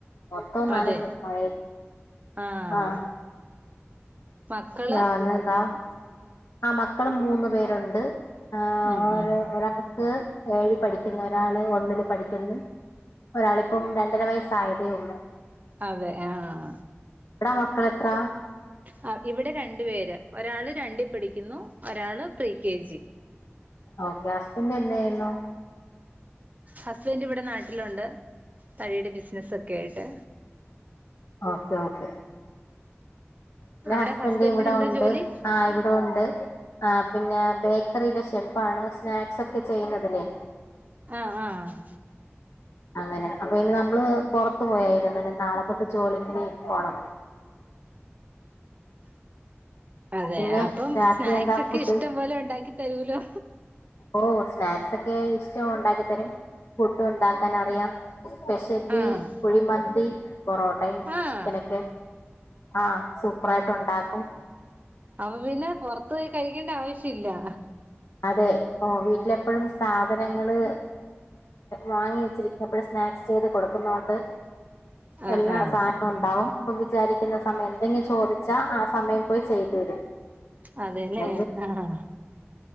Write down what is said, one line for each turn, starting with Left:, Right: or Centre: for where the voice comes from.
Left: മൊത്തവും നാലു
Right: അതെ
Left: മഴ
Right: ആഹ്
Left: ആഹ
Right: മക്കള്
Left: വാലെതാ ആ മക്കളും മൂന്ന്ു പേരുണ്ട് ആഹ
Right: ഉം ഉം
Left: ഏഴിൽ പഠിക്കുന്നു ഒരാള് ഒന്നില് പഠിക്കുന്നു ഒരാളിപ്പം രണ്ടര വയസ്സായതേ ഉള്ളു
Right: അതെ ആഹ
Left: എടാ മക്കള എത്ര
Right: ആ ഇവിടെ രണ്ടു പേര് ഒരാള് രണ്ടിൽ പഠിക്കുന്നു ഒരാള് പ്ര കെ ജി
Left: ഓക്കെ അസ്ബന്റ് എന്തായിരുന്നു
Right: ഹസ്ബൻഡ് ഇവിടെ നാട്ടിലുണ്ട് തഴിയുടെ ബിസിനസ്സ ഒക്കെ ആയിട്ട്
Left: ഓക്കെ ഓക്കെ എന്റെ
Right: അവിടെ
Left: ഹസ്ബൻഡ
Right: ഹസ്ബൻഡിന്
Left: ഇവിടെ
Right: എന്താ
Left: ഉണ്ട്
Right: ജോലി
Left: ആ ഇവിടെ ഉണ്ട് ആ പിന്നെ ബേക്കറിയിലെ ഷെഫ് ആാണ് സ്നാക്സ് ഒക്കെ ചെയ്യുന്നതില്ലേ
Right: ആഹ ആഹ്
Left: അങ്ങനെ അപ്പൊ ഇന്ന് നമ്മള് പുറത്തു പോയായിരുന്നു ഇ നാളെ തൊട്ട് ജോലക്ക്ിന പോണം
Right: അതെ
Left: പിന്നെ
Right: അപ്പം
Left: രാത്രി
Right: സ്നാക്സ്
Left: എന്താ
Right: ഒക്കെ
Left: ഫുഡ്
Right: ഇഷ്ടം പോലെ ഉണ്ടാക്കി തരൂലോ
Left: ഓ സ്നാക്സ് ഒക്കെ ഇഷ്ടം ഉണ്ടാക്കിത്തരും ഫുഡ് ഉണ്ടാക്കാൻ അറിയാം എസ്പെഷ്യലി
Right: ആഹ്
Left: കുഴിമന്തി പൊറോട്ടയും
Right: ആഹ്
Left: ചിക്കനൊക്കെ ആഹ് സൂപ്പറായിട്ട് ഉണ്ടാക്കും
Right: അവ് പിന്നെ പൊറത്തോയി കഴിക്കേണ്ട ആവശ്യം ഇല്ല അ
Left: അതെ ഓ വീട്ടിലെപ്പഴും സാധനങ്ങള് വാങ്ങി വെച്ചിരിക്കുമ്പഴും സ്നാക്സ് ചെയ്ത് കൊടുക്കുന്നോണ്ട്-
Right: ആഹ്
Left: എല്ലാ
Right: ആഹ്
Left: സാധനവും ഒണ്ടാവും ഇപ്പൊ വിചാരിക്കുന്ന സമയം എന്തെങ്കിലും ചോദിച്ചാ ആ സമയം പോയി ചെയ്തു തരും
Right: അതെ അല്ലേ
Left: അല്ലെങ്കില്
Right: ആഹ്